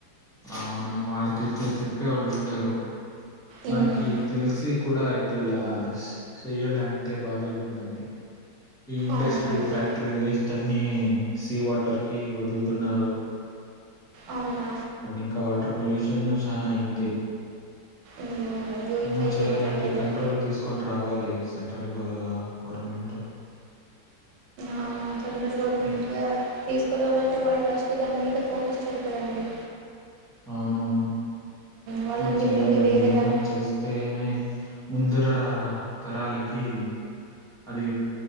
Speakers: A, in the centre; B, on the right.
A: అవును వాళ్ళకైతే చెప్పేవాళ్ళు ఉండరు
B: ఉమ్,
A: మనకి తెలిసి కూడా ఇలా చెయ్యాలి అంటే బాధయితుందండి ఈ ఇండస్ట్రీ
B: అవునండి
A: ఫ్యాక్టరీ వేస్ట్ అన్ని సీ వాటర్ కి వదులుతున్నారు
B: అవునా
A: ఇంకా వాటర్ పొల్యూషన్ చాలా అయింది
B: మ్మ్ అయ్యో
A: రిమూవ్
B: ఇట్లయితే
A: చేయాలంటే
B: ఎట్లా అండి మరి.
A: కంట్రోల్ తీసుకొని రావాలి సెంటర్ గోర్మెంటు
B: ఆ సెంట్రల్ గవర్నమెంట్
A: హ్మ్.
B: గా తీసుకురావాలంటే వాళ్ళు ఫస్ట్ అంటే దాని మీద ఫోకస్ చేయరు కదండి
A: అవునవును
B: వాళ్ళన్నీ
A: <unintelligible> చేయాలండి
B: ప్రతి వేరే
A: ఏమో
B: దాని
A: చేస్తేనే ముంద ఆ తరాలకి అది